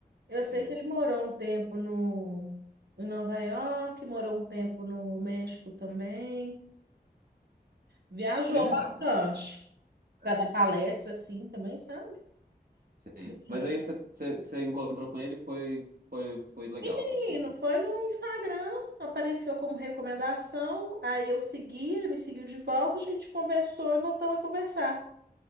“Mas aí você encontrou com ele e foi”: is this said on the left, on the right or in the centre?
Right